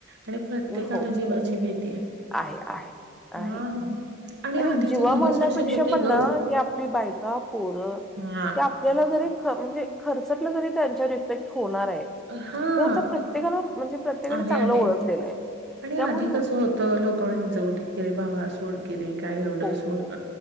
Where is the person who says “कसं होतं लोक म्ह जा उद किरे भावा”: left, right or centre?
Right